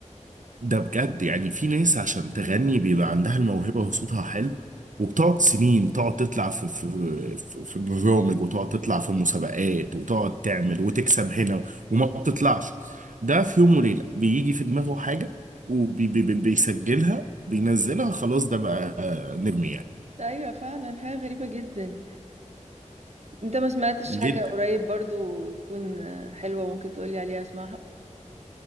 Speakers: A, on the right; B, on the right.
A: ده بجد يعني في ناس عشان تغني بيبقى عندها الموهبة وصوتها حلو وبتقعد سنين تقعد تطلع في في في في برامج وتقعد تطلع في مسابقات وتقعد تعمل وتكسب هنا وما بتطلعش ده في يوم وليلة بيجي في دماغه حاجة وبيسجلها بينزلها خلاص ده بقى نجم يعني
B: ايوه فعلا حاجه غريبه جدا انت ما سمعتش
A: جدا
B: حاجه قريب برضو تكون حلوه ممكن تقولي عليها اسمعها